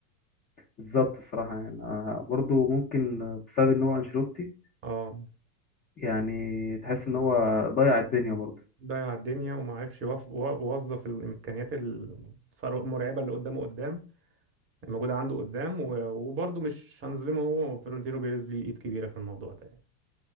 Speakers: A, on the left (about 20°); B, on the right (about 25°).
A: بالظبط بصراحه يعني أنا برضه ممكن آه، بسبب ان هو انشيلوتي
B: اه
A: يعني تحس ان هو ضيع الدنيا برضه
B: ضيع الدنيا وما عرفش يوف- و- يوظف الامكانيات الصار- المرعبه اللي قدامه قدام موجودة عنده قدام و- وبرضه مش هنظلمه هو فلورنتينو بيريز ليه إيد كبيرة في الموضوع ده يعني